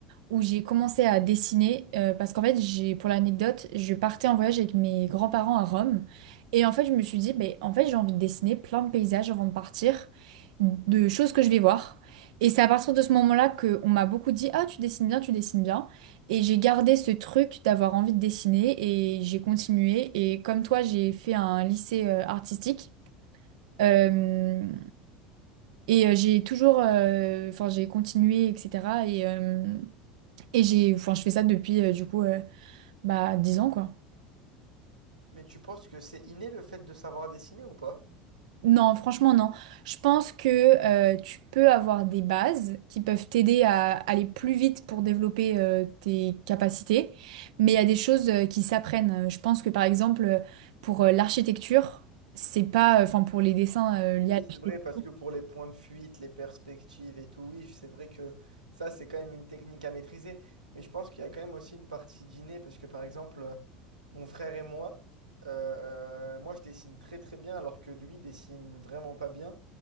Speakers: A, on the right; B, on the right.
A: où j'ai commencé à dessiner euh, parce qu'en fait j'ai pour l'anecdote je partais en voyage avec mes grands-parents à Rome et en fait je me suis dit mais en fait j'ai envie de dessiner plein de paysages avant de partir de choses que je vais voir et c'est à partir de ce moment-là que on m'a beaucoup dit ah tu dessines bien tu dessines bien et j'ai gardé ce truc d'avoir envie de dessiner et j'ai continué et comme toi j'ai fait un lycée euh, artistique Euh, et euh, j'ai toujours, euh, enfin j'ai continué, etc. Et, euh, et j'ai, enfin, je fais ça depuis euh, du coup euh, bah, dix ans quoi.
B: Mais tu penses que c'est inné le fait de savoir dessiner ou pas?
A: Non, franchement, non. Je pense que euh, tu peux avoir des bases qui peuvent t'aider à aller plus vite pour développer euh, tes capacités, mais il y a des choses euh, qui s'apprennent. Je pense que par exemple, euh, pour euh, l'architecture, c'est pas, euh, enfin, pour les dessins euh, liés
B: Oui,
A: à l'architecture.
B: c'est vrai, parce que pour les points de fuite, les perspectives et tout, oui, c'est vrai que ça, c'est quand même une technique à maîtriser. Mais je pense qu'il y a quand même aussi une partie dîner, parce que par exemple, euh, mon frère et moi, euh, euh, moi, je dessine très très bien, alors que lui dessine vraiment pas bien.